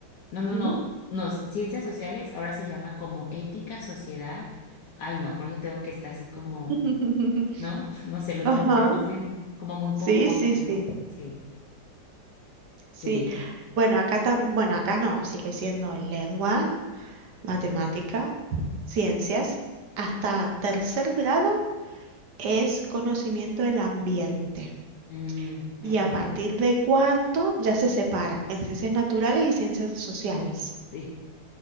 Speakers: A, on the left (about 65°); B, on the right (about 65°).
A: no, no,
B: Mm.
A: no, no, ciencias sociales ahora se llama como ética, sociedad, ay no, por eso tengo que estar así como...
B: <laughs>
A: ¿no? <laughs> No sé, los
B: Ajá.
A: nombres me parecen como muy pomposos,
B: Sí, sí, sí.
A: ¿no? Sí,
B: Sí.
A: sí, como,
B: Bueno, acá tam- bueno, acá no, sigue siendo lengua, matemática, ciencias. Hasta tercer grado es conocimiento del ambiente.
A: mm,
B: Y
A: ok,
B: a partir de cuarto ya se separa en ciencias naturales y ciencias sociales.
A: sí,